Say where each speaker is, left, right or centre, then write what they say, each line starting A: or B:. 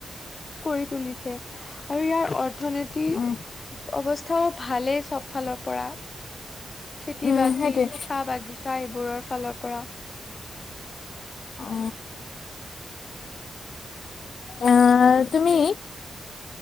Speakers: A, on the left; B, on the left.
A: কৰি তুলিছে আৰু ইয়াৰ অৰ্থনীতি
B: অ
A: অৱস্থাও ভালেই চব ফালৰ পৰা, খেতি-বাতি,
B: উম সেইটোৱে
A: চাহ-বাগিচা এইবোৰৰ ফালৰ পৰা।
B: অ অ', তুমি